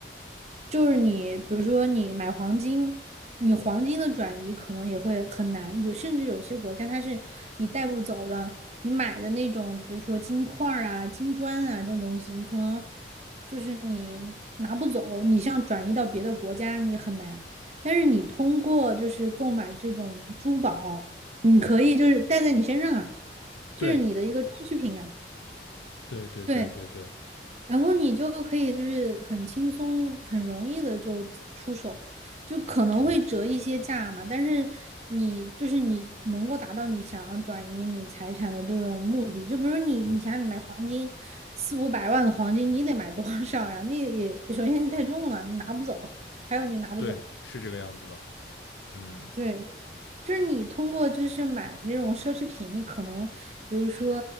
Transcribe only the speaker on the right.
就是你，比如说你买黄金，你黄金的转移可能也会很难，有甚至有些国家它是你带不走的，你买的那种，比如说金块儿啊、金砖啊这种东西，你可能就是你拿不走，你像转移到别的国家你很难，但是你通过就是购买这种珠宝，你可以就是带在你身上啊，就是你的一个装饰品啊，
对。然后你就可以就是很轻松、很容易的就出手，就可能会折一些价嘛，但是你就是你能够达到你想要转移你财产的这种目的，就比如你你想你买黄金四五百万的黄金，
你得买多少呀？那也首先太重了，你拿不走，还有你拿不走。
对，就是你通过就是买那种奢侈品，你可能比如说，